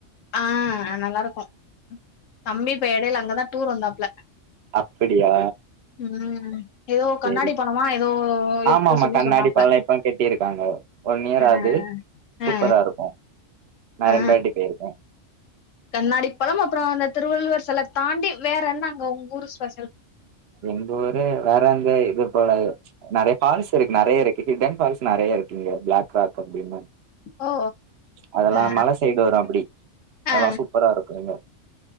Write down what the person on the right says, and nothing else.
அப்படியா
சேரி
ஆமா ஆமா
கண்ணாடி
பாலம் இப்ப கெட்டிருக்காங்க ஒன் இயர்
ஆகுது சூப்பர
ருக்கு நா
ரெண்டு வாட்டி போயிருக்கே
எங்க ஊரு வேறந்தா இது போல நெறைய ஃபால்ஸ் இருக்கு நெறைய இருக்கு ஹிட் அண்ட் ஃபால்ஸ் நெறையருக்கிங்க பிளாக் ராக் அப்டின்னு
அதெல்லா
மல சைட் வரு அப்டி அதெல்லா
சூப்பரா இருக்கு இங்க